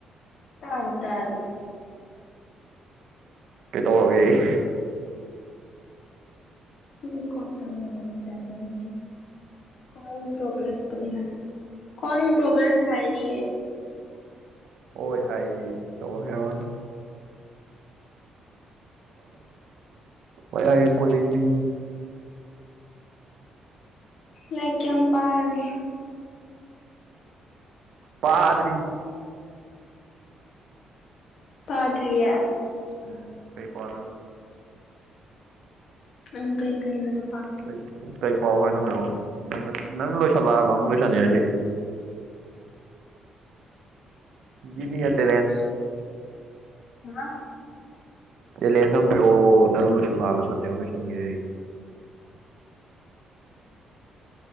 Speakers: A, on the left; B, on the right.
A: ꯇꯔ ꯇꯥꯔ
B: ꯀꯩꯗꯧꯔꯒꯦ ꯑꯩ
A: ꯁꯤꯁꯨ ꯀꯣꯔ ꯇꯗꯕ ꯇꯄ ꯃꯗꯤ ꯀ ꯄ꯭ꯔꯣꯒ꯭ꯔꯦꯁ ꯀꯣ ꯏ ꯄ꯭ꯔꯣꯒ꯭ꯔꯦꯁ ꯍꯥꯏꯔꯤ
B: ꯍꯣꯏ ꯍꯥꯏ ꯇ ꯍꯥꯏꯦꯔꯣꯅꯤ ꯋꯥ ꯀꯣ ꯃꯤ
A: ꯂꯥꯏꯛ ꯀꯌꯥꯝ ꯄꯥꯔꯒꯦ
B: ꯄꯥꯗ꯭ꯔꯤ
A: ꯄꯥꯗ꯭ꯌꯥ
B: ꯎꯝ ꯀꯩ ꯀ
A: ꯑꯪ ꯀꯩ ꯀꯌꯥꯅ
B: ꯀ ꯀꯩ ꯄꯥꯎ ꯍꯥꯏꯅꯣ ꯍꯥꯏꯔꯛꯎꯅ ꯅꯪꯅ ꯅꯪꯅ ꯂꯣꯏꯁꯤꯜꯂꯛꯑꯕ ꯑꯃꯨꯛ ꯂꯣꯏꯁꯤꯟꯅꯤꯡꯁꯦ ꯖꯤꯃꯤ ꯔꯦꯟꯁ
A: ꯍꯥ
B: ꯆꯂꯦꯁꯕꯤꯑꯣ ꯅꯪꯕꯨꯁꯨꯂꯥꯛꯑꯕ ꯁꯖ ꯂꯣꯏꯁꯟꯒꯦ